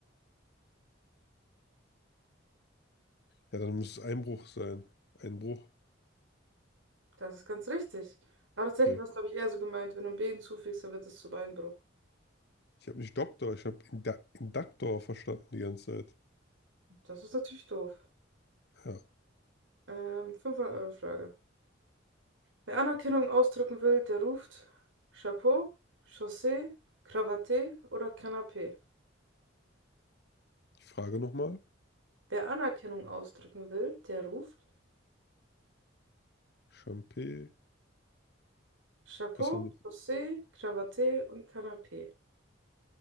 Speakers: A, on the left; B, on the right.
A: Ja, dann muss es Einbruch sein. Einbruch.
B: Das ist ganz richtig. Aber tatsächlich
A: Okay.
B: war es, glaube ich, eher so gemeint, wenn du ein B hinzufügst, dann wird es zu Beinbruch.
A: Ich habe nicht Doktor, ich habe Inda Induktor verstanden die ganze Zeit.
B: Das ist natürlich doof.
A: Ja.
B: Ähm, 500-Euro-Frage. Wer Anerkennung ausdrücken will, der ruft Chapeau, Chaussee, Krawatte oder Canapé.
A: Die Frage nochmal.
B: Wer Anerkennung ausdrücken will, der ruft
A: Champé.
B: Chapeau,
A: Was haben die?
B: Chaussee, Krawatte und Canapé.